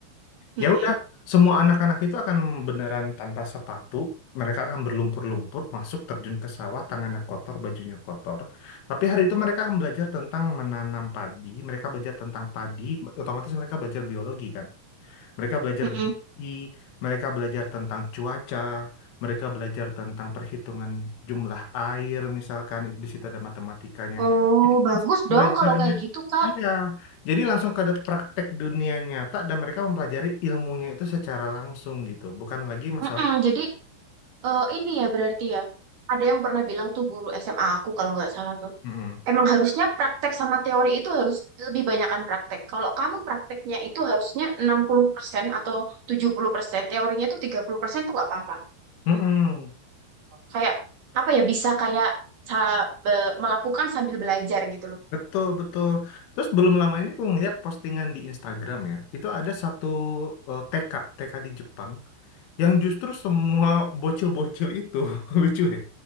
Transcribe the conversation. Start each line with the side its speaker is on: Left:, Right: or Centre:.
Right: Mm-mm,
Left: Ya udah semua anak-anak itu akan beneran tanpa sepatu mereka akan berlumpur-lumpur masuk terjun ke sawah tangannya kotor bajunya kotor. Tapi hari itu mereka akan belajar tentang menanam padi mereka belajar tentang padi otomatis mereka belajar biologi kan. Mereka belajar
Right: mm-mm.
Left: biologi, mereka belajar tentang cuaca, mereka belajar tentang perhitungan jumlah air misalkan itu di situ ada matematikanya.
Right: Oh,
Left: Jadi langsung
Right: bagus
Left: belajarnya
Right: dong kalau kayak gitu, Kak.
Left: iya. Jadi langsung ke ada praktek dunia nyata dan mereka mempelajari ilmunya itu secara langsung gitu, bukan lagi masalah
Right: Mm-mm, Jadi eh, ini ya berarti ya. Ada yang pernah bilang tuh guru SMA aku kalau nggak salah tuh.
Left: Mm-mm.
Right: Emang harusnya praktek sama teori itu harus lebih banyakkan praktek. Kalau kamu prakteknya itu harusnya 60% atau 70%, teorinya itu 30% tuh nggak apa-apa.
Left: Mm-mm.
Right: Kayak apa ya bisa kayak sa- be- melakukan sambil belajar gitu loh.
Left: Betul, betul. Terus belum lama ini aku ngeliat postingan di Instagram ya. Itu ada satu eh, TK, TK di Jepang. yang justru semua bocil-bocil itu <laughs> lucu deh